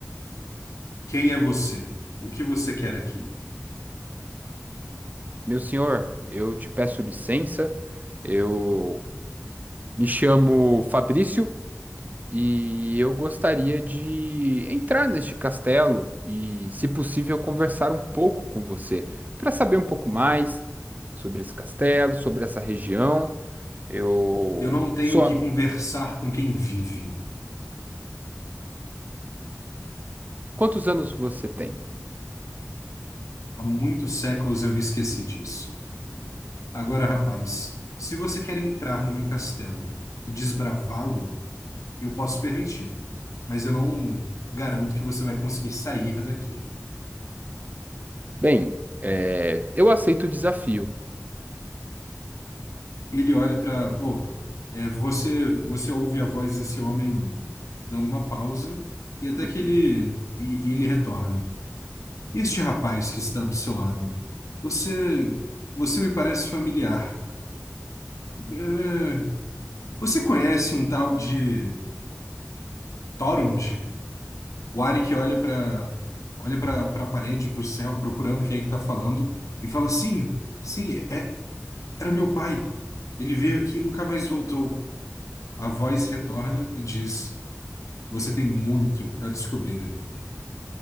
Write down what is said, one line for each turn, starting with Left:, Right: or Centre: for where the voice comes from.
Left: Quem é você? O que você quer aqui?
Right: Meu senhor, eu te peço licença, eu me chamo Fabrício. E eu gostaria de entrar neste castelo e, se possível, conversar um pouco com você para saber um pouco mais sobre esse castelo, sobre essa região. Eu
Left: Eu não tenho
Right: sou.
Left: que
Right: am-
Left: conversar com quem vive.
Right: Quantos anos você tem?
Left: Há muitos séculos eu me esqueci disso. Agora, rapaz, se você quer entrar no meu castelo e desbravá-lo, eu posso permitir. Mas eu não garanto que você vai conseguir sair daqui.
Right: Bem, é, eu aceito o desafio.
Left: E ele olha para, oh, é, você, você ouve a voz desse homem ainda, dando uma pausa e até
Right: Uhum.
Left: que ele, e, e ele retorna. E este rapaz que está do seu lado, você, você me parece familiar. É, você conhece um tal de Torund? O Ari que olha para, olha para para a parede, para o céu, procurando quem é que está falando e fala: Sim, sim, é, era meu pai. Ele veio aqui e nunca mais voltou. A voz retorna e diz Você tem muito a descobrir ainda.